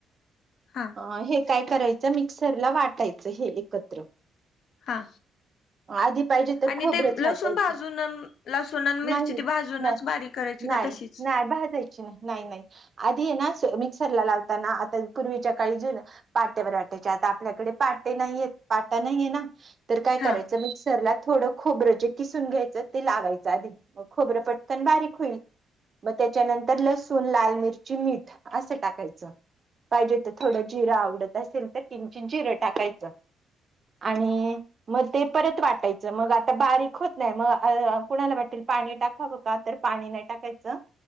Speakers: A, on the left (about 70°); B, on the right (about 40°).
A: हा!
B: अ, हे काय करायचं मिक्सरला वाटायचं हे एकत्र.
A: हा!
B: आधी पाहिजे तर
A: आणि
B: खोबरच
A: ते लसूण
B: वाटायचं.
A: भाजून लसूण आणि मिरची
B: नाही,
A: ती भाजूनच
B: नाय
A: बारीक करायची
B: नाही.
A: का तशीच
B: नाय भाजायची? नाही, नाही. आधी हेय ना, मिक्सर लावताना आता पूर्वीच्या काळी पाट्यावर वाटायचे, आता आपल्याकडे पाटे नाहीय आहेत. पाटा नाहीये ना तर काय
A: हा
B: करायच? मिक्सरला थोडं खोबरं जे किसून घ्यायचं ते लावायचं आधी. म, खोबरं पटकन बारीक होईल. मग त्याच्यानंतर लसूण, लाल मिरची, मीठ असं टाकायचं. पाहिजे तर थोडं जिरं आवडत असेल तर किंचित जिरं टाकायचं. आणि मग ते परत वाटायचं मग आता बारीक होत नाही, मग अ, कुणाला वाटेल पाणी टाकावं का? तर पाणी नाही टाकायचं.